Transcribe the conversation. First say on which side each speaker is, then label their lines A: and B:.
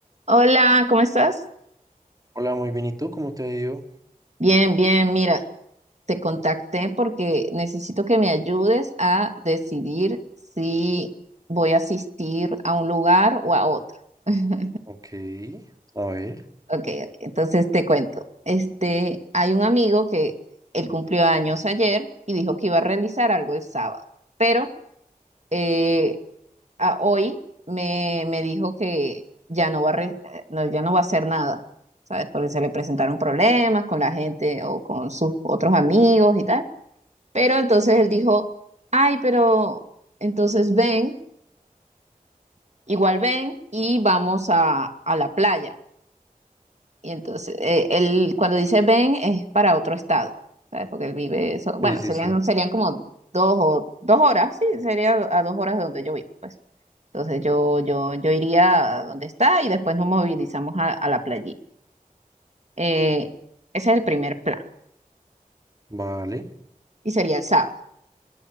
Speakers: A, on the right; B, on the right.
A: Hola, ¿cómo estás?
B: Hola, muy bien. ¿Y tú? ¿Cómo te ha ido?
A: Bien, bien, mira, te contacté porque necesito que me ayudes a decidir si voy a asistir a un lugar o a otro. <laughs>
B: Ok. A ver.
A: Ok, ok, entonces te cuento. Este, hay un amigo que él cumplió años ayer y dijo que iba a realizar algo el sábado, pero eh, a- hoy me, me dijo que ya no va a re- no, ya no va a hacer nada, ¿sabes? Porque se le presentaron problemas con la gente o con sus otros amigos y tal. Pero entonces él dijo, ay, pero entonces ven, igual ven y vamos a, a la playa. Y entonces eh, él cuando dice ven es para otro estado, ¿sabes? Porque él vive eso, bueno,
B: Sí, sí,
A: serían,
B: sí.
A: serían como dos o dos horas, sí, sería a dos horas de donde yo vivo, pues. Entonces yo, yo, yo iría a donde está y después nos movilizamos a, a la playita. Eh, ese es el primer plan
B: Vale.
A: y sería el sábado.